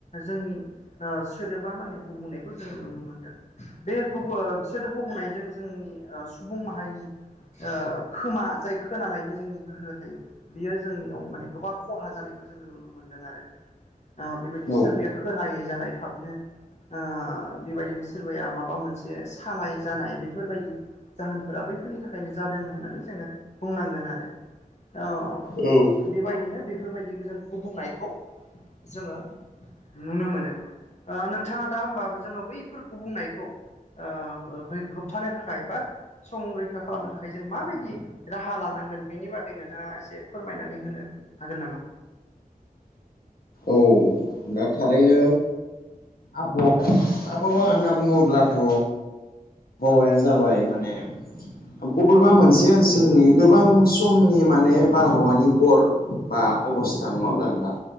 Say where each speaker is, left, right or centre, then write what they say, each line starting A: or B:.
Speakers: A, on the left (about 50°); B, on the left (about 85°).
A: जोंनि ओ सोदोबा माने गुबुंनायखौ जोङो नुनो मोनदों। बे गु ङों सोदोब बुंनायजों ओ जोंनि सुबुं माहारिनि ओ खोमा जाय खोनानायनि जोंनि गोहो थायो। बियो जोंनियाव माने गोबां खहा जानायखौ जोङो नुनो मोनदों आरो ओ बेबायदिनो
B: औ
A: सोरबाया खोनायै जानाय थाबनो ओ बेबायदिनो सोरबाया माबा मोन से सानाय जानाय बेफोरबायदि जाहोनफोरा बैफोरनि थाखायनो जादों होननानै जोङो बुंनांगोन आरो। ओ
B: औ।
A: बेबायदिनो बेफोरबायदि जों गुबुंनायखौ जोङो नुनो मोनो। ओ नोंथाङा दा होमबा जोङो बैफोर गुबुंनायखौ ओ है-होबथानो थाखाय बा संरैखा खालामनो थाखाय जों माबायदि राहा लानांगोन बेनि बागै नोंथाङा एसे फोरमायनानै होनो हागोन नामा?
B: औ दा थारैनो आबहावा-आबहावा होनना बुङोब्लाथ' हौवाया जाबाय माने बबेबा मोनसे ओनसोलनि गोबां समनि माने बारहावानि गर बा अबस्था नङा होमब्ला नोंथां